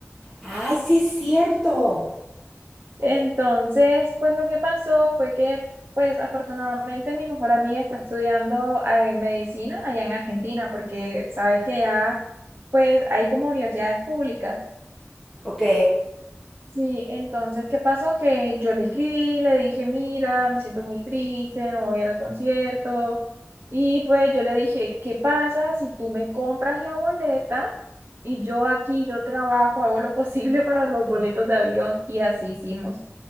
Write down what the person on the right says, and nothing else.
Entonces, pues lo que pasó fue que, pues afortunadamente mi mejor amiga está estudiando eh, medicina allá en Argentina, porque sabes que ya, pues hay como universidades públicas.
Sí, entonces, ¿qué pasó? Que yo le escribí, le dije, mira, me siento muy triste, no voy a ir al concierto. Y pues yo le dije, ¿qué pasa si tú me compras la boleta? Y yo aquí, yo trabajo, hago lo <laughs> posible para los boletos de avión y así hicimos.